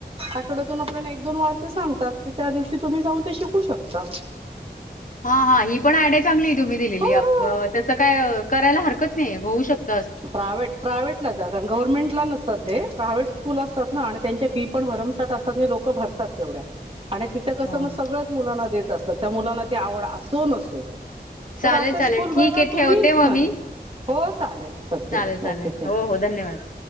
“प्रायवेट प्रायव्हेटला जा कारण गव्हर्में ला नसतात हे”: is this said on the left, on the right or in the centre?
Right